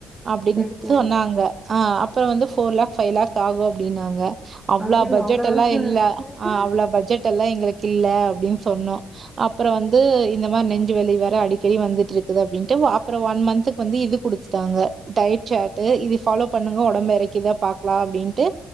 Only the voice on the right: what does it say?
அப்டின்னு
சொன்னாங்க ஹ அப்பறம் வந்து போர் லக் பைவ் லக் ஆகும் அப்டினாங்க அவ்ளோ
பட்ஜெட்
எல்லாம் இல்ல ஹா
அவ்வளோ பட்ஜெட் எல்லாம் எங்களுக்கு இல்ல அப்டின்னு சொன்னோம் அப்பறம் வந்து இது இந்த மாதிரி நெஞ்சு வலி வேற அடிக்கடி வந்துட்டு இருக்குது அப்டின்ட்டு அப்புறம் ஒன் மந்த்துக்கு வந்து இது கொடுத்துட்டாங்க டயட் சாட்டு் இது பாலோ பண்ணுங்க உடம்பு இறக்கிதா பாக்கலாம் அப்டின்ட்டு